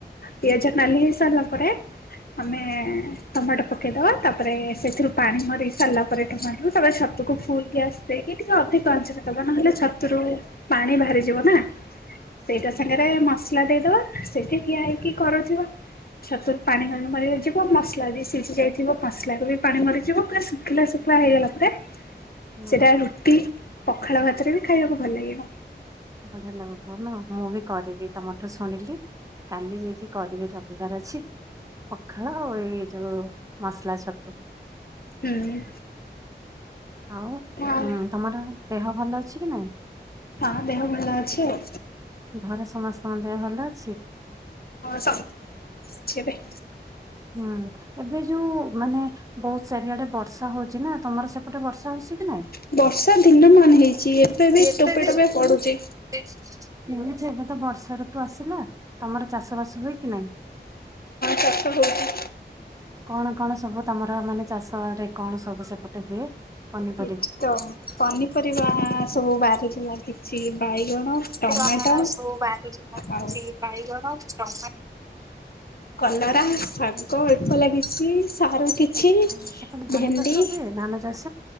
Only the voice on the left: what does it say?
ପିଆଜ ନାଲି ହେଇସାରିଲା ପରେ ଆମେ
ଟମାଟୋ ପକେଇଦବା ତାପରେ ସେଥିରୁ ପାଣି ମରିସାରିଲା ପରେ ଟମାଟୋ ତାପରେ ଛତକୁ ଫୁଲ ଗ୍ୟାସ୍ ଦେଇକି ଟିକେ ଅଧିକ ଆଞ୍ଚରେ ଦବା ନହେଲେ ଛତୁରୁ ପାଣି ବାହାରିଯିବନା ସେଇଟା ସାଙ୍ଗରେ ମସଲା ଦେଇଦବା ସେଇଠି ଠିଆ ହେଇକି କରୁଥିବା ଛତୁରୁ ପାଣି ମରି ମରିଯିବ ମସଲା ବି ସିଝି ଯାଇଥିବ ମସଲାରୁ ବି ପାଣି ମରିଯିବ ପୁରା ଶୁଖିଲା ଶୁଖି ପୁରା ହେଇଗଲା ପରେ
ସେଟା ରୁଟି ପଖାଳ ଭାତରେ ବି ଖାଇବାକୁ ଭଲ ଲାଗିବ।
ହୁଁ।
ଆଉ
ହଁ ଦେହ ଭଲ ଅଛି ଆଉ
ହଁ ସମ ଅଛି ଏବେ।
ବର୍ଷା ଦିନ ମାନ ହେଇଛି ଏବେ ବି
ଟୋପେ ଟୋପେ
ପଡୁଛି
ଚାଷ ହଉଛି।
ଏଠି ତ ପନିପରିବା ସବୁ ବାହାରି ଥିଲା କିଛି ବାଇଗଣ। ଟମାଟୋ
ଆଉ
କଲରା ଶାଗ ଅଳ୍ପ ଲାଗିଛି ସାରୁ କି କିଛି
ଭେଣ୍ଡି।